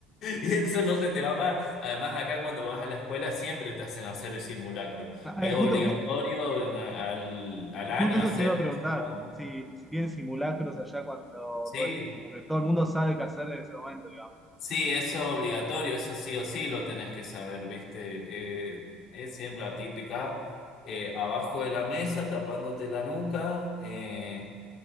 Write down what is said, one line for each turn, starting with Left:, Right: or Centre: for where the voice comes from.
Left: Y eso no se te va más. Además, acá cuando vas a la escuela siempre te hacen hacer el simulacro.
Centre: Ah,
Left: Es
Centre: eh,
Left: obligatorio
Centre: Justo, ju-
Left: en- al, al
Centre: justo,
Left: año
Centre: eso
Left: hacer
Centre: te iba a preguntar,
Left: no sé cuánto.
Centre: si, si tienen simulacros allá cuando
Left: Sí,
Centre: todo el- como que todo el mundo sabe qué hacer en ese momento, digamos.
Left: Sí, eso es obligatorio, eso sí o sí lo tenés que saber, ¿viste? Eh, es siempre la típica, eh, abajo de la mesa, tapándote la nuca, eh,